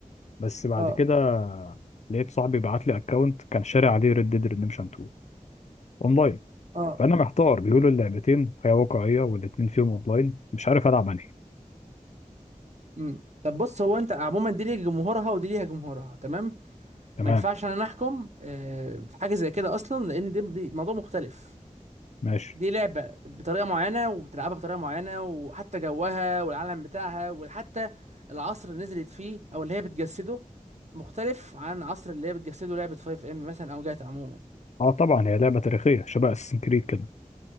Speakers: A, on the left; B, on the right.
A: بس بعد
B: اه
A: كده لقيت صاحبي بعت لي اكونت كان شاري عليه ريد ديد ريديمشن 2 اونلاين
B: اه
A: فانا محتار بيقولوا اللعبتين حياة واقعية والاتنين فيهم اونلاين مش عارف العب انهي
B: امم طب بص هو انت عموما دي ليها جمهورها ودي ليها جمهورها تمام
A: تمام
B: ما ينفعش انا احكم آه، في حاجه زي كده اصلا لان دي, دي موضوع مختلف
A: ماشي
B: دي لعبة بطريقة معينة وبتلعبها بطريقة معينة وحتى جوها والعالم بتاعها وحتى العصر اللي نزلت فيه أو اللي هي بتجسده مختلف عن عصر اللي هي بتجسده لعبة 5 ام مثلا أو جاتا عموما
A: اه طبعا هي لعبة تاريخية شبه اساسن كريد كده